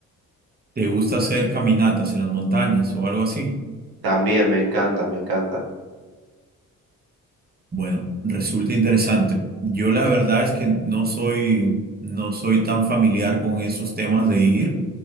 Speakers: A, on the right; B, on the right.
A: ¿Te gusta hacer caminatas en las montañas o algo así?
B: También me encanta, me encanta.
A: Bueno, resulta interesante. Yo la verdad es que no soy, no soy tan familiar con esos temas de ir,